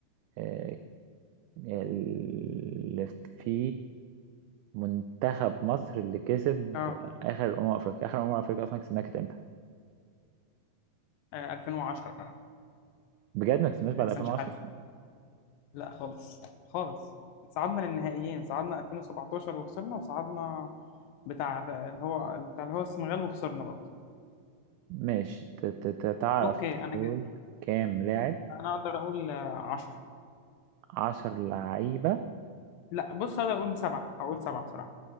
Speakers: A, on the right; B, on the left.
A: آه اللي في منتخب مصر اللي كسب
B: اه
A: اخر امم افريقيا اخر امم افريقيا اصلا كسبناها كانت امتى
B: آه، 2010
A: بجد ما كسبناش بعد
B: حسن
A: 2010
B: شحاته لا خالص خالص صعدنا للنهائيين صعدنا 2017 وخسرنا وصعدنا بتاع اللي هو بتاع اللي هو السنغال وخسرنا برضه
A: ماشي ت- ت- ت- تعرف
B: اوكي
A: تقول
B: انا جد.
A: كام لاعب
B: انا اقدر اقول 10
A: عشر لعيبة
B: لا بص اقدر اقول بسبعة هقول سبعة بصراحة